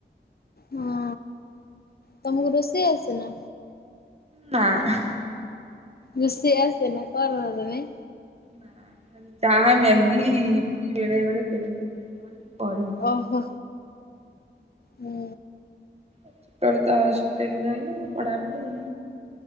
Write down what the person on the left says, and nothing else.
ହଁ ତମକୁ ରୋଷେଇ ଆସେ ନା?
ମିଷେଇ ଆସେ ନା କରନ୍ତନି?
ଓହୋ ହୁଁ।